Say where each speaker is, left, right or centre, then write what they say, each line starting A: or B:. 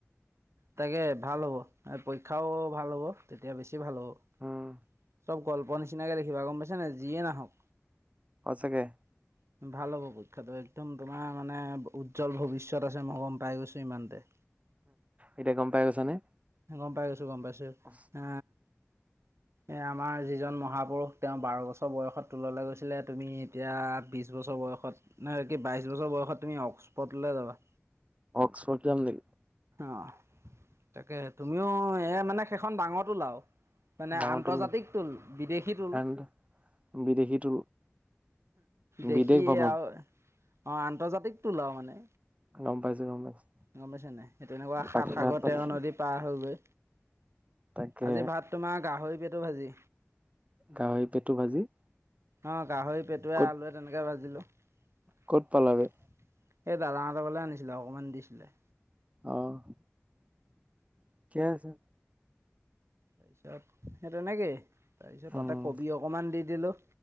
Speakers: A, on the right; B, on the right.
A: তাকে ভাল হ'ব পৰীক্ষাও ভাল হ'ব তেতিয়া বেছি বেছি ভাল হ'ব
B: উম
A: চব গল্প নিচিনাকে লিখিবা গম পাইছানে যিয়ে নাহক।
B: সঁচাকে
A: <inaudible> ভাল হ'ব পৰীক্ষাটো একদম তোমাৰ মানে উজ্জ্বল ভৱিষ্যত আছে মই গম পাই গৈছোঁ ইমানতে
B: এতিয়া গম পাই গৈছানে?
A: গম পাই গৈছো গম পাইছো
B: <inaudible>
A: আ, এ আমাৰ যিজন মহাপুৰুষ তেওঁ বাৰ বছৰ বয়সত তোললৈ গৈছিলে তুমি এতিয়া বিছ বছৰ বয়সত নে কি বাইছ বছৰ বয়সত তুমি অক্সফৰ্ডলৈ যাবা?
B: অক্সফোৰ্ড যাম নেকি?
A: অ', তাকে তুমিও এ মানে সেইখন ডাঙৰ তোল আও মানে
B: ডাঙৰ
A: আন্তৰ্জাতিক
B: টোল নেকি
A: টোল বিদেশী টোল
B: কাৰণ বিদেশীটো
A: দেখি
B: বিদেশ ভ্ৰমণ
A: আৰু অ', আন্তৰ্জাতিক তোল আও মানে
B: গম পাইছো গম পাইছো
A: গম পাইছা নে সেই তেনেকুৱা সাত
B: বাকী
A: সাগৰ
B: ভাত পানী
A: তেৰ নদী পাৰ হৈগৈ,
B: তাকে
A: আজি ভাত তোমাৰ গাহৰি পেটু ভাজি
B: গাহৰি পেটু ভাজি
A: অ', গাহৰি পেটুৱে
B: ক'ত
A: আলুৱে তেনেকে ভাজিলো এ
B: ক'ত পালাগে
A: দাদা হঁতৰ ঘৰলে আনিছিলে অকণমান দিছিলে
B: অ', থিকে আছে
A: তাৰপিছত সেই তেনেকেই তাৰপিছত
B: উম
A: তাতে কবি অকমান দি দিলো